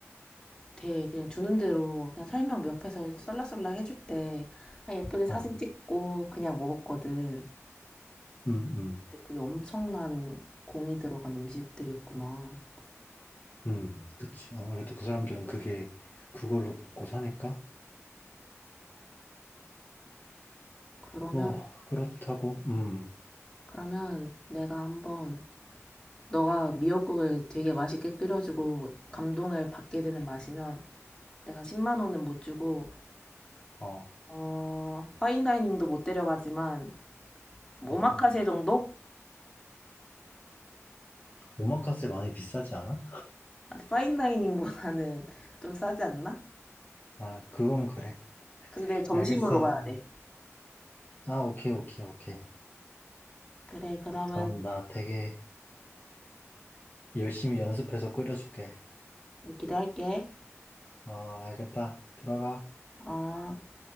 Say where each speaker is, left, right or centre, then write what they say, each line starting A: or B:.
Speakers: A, on the left (about 15°); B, on the left (about 40°).
A: 되게 그냥 주는 대로 그냥 설명 옆에서 썰라썰라 해줄 때 아, 예쁘게 사진
B: 어,
A: 찍고 그냥 먹었거든.
B: 음, 음.
A: 근데 그게 엄청난 공이 들어간 음식들이었구나.
B: 음, 그치. 아무래도 그 사람들은 그게 그걸로 먹고 사니까?
A: 그러면,
B: 뭐, 그렇다고, 음,
A: 그러면 내가 한번 너가 미역국을 되게 맛있게 끓여주고 감동을 받게 되는 맛이면 내가 10만 원은 못 주고
B: 어,
A: 어, 파인다이닝도 못 데려가지만 뭐
B: 어.
A: 오마카세 정도?
B: 오마카세 많이 비싸지 않아?
A: 파인다이닝보다는 <laughs> 좀 싸지 않나?
B: 아, 그건 그래.
A: 근데 점심으로
B: 알겠어.
A: 가야 돼.
B: 아, 오케이, 오케이, 오케이.
A: 그래, 그러면
B: 그럼 나 되게 열심히 연습해서 끓여줄게.
A: 기대할게.
B: 어, 알겠다. 들어가.
A: 어.